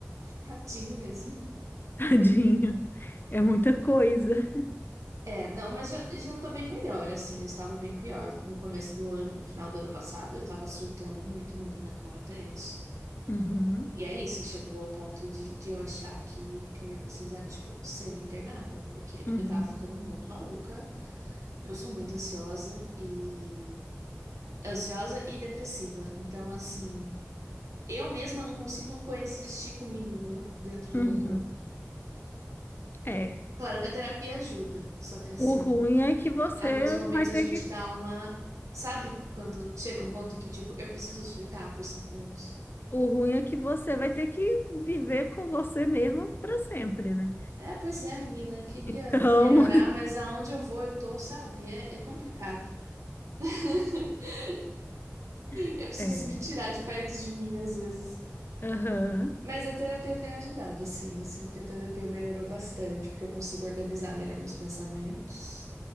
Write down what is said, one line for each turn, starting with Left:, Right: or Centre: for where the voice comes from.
Right: Tadinho mesmo.
Left: <laughs> tadinho. É muita coisa.
Right: É, não, mas já, já tô bem melhor, assim. Eu estava bem pior no começo do ano, no final do ano passado. Eu tava surtando muito, menina, tava tenso.
Left: Uhum,
Right: E é isso, chegou ao ponto de, de eu achar que, que eu ia precisar, tipo, ser internada, porque
Left: uhum,
Right: eu tava ficando muito maluca, porque eu sou muito ansiosa e. Ansiosa e depressiva. Então, assim. Eu mesma não consigo coexistir comigo, entendeu? Dentro do
Left: uhum.
Right: meu corpo.
Left: É.
Right: Claro que a terapia ajuda, só que assim,
Left: O ruim é que você
Right: alguns momentos
Left: vai ter
Right: a gente
Left: que.
Right: dá uma. Sabe quando chega um ponto que, tipo, eu preciso surtar por cinco minutos?
Left: O ruim é que você vai ter que viver com você mesmo para sempre, né?
Right: É, pois é, menina, eu queria
Left: Então,
Right: melhorar, mas aonde eu vou, eu tô, sabe? É, é complicado. <laughs>
Left: <laughs>
Right: Eu preciso
Left: é.
Right: me tirar de perto de mim às vezes.
Left: Aham.
Right: Mas a terapia tem ajudado, assim. Eu sinto que a terapia melhorou bastante, porque eu consigo organizar melhor meus pensamentos.